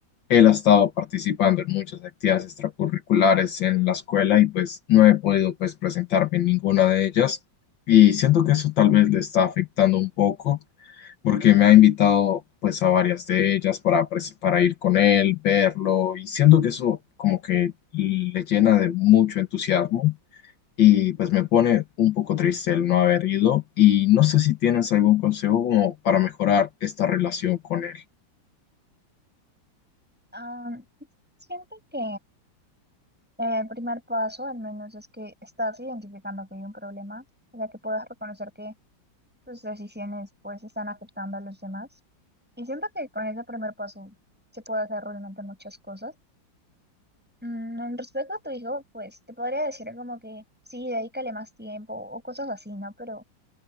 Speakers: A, on the left; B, in the centre.
A: él ha estado participando en muchas actividades extracurriculares en la escuela y pues no he podido pues presentarme en ninguna de ellas y siento que eso tal vez le está afectando un poco porque me ha invitado pues a varias de ellas para, pres- para ir con él, verlo y siento que eso como que le llena de mucho entusiasmo y pues me pone un poco triste el no haber ido y no sé si tienes algún consejo como para mejorar esta relación con él.
B: Ah, siento que Eh, El primer paso, al menos, es que estás identificando que hay un problema, o sea, que puedas reconocer que tus decisiones pues están afectando a los demás. Y siento que con ese primer paso se puede hacer realmente muchas cosas. Mm, en respecto a tu hijo, pues te podría decir como que sí, dedícale más tiempo o cosas así, ¿no? Pero